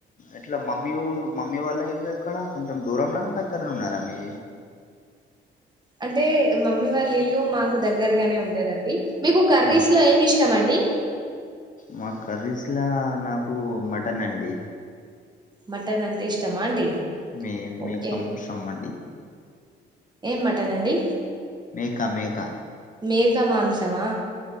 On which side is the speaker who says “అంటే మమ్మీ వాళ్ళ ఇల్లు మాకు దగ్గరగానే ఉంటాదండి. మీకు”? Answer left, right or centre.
Right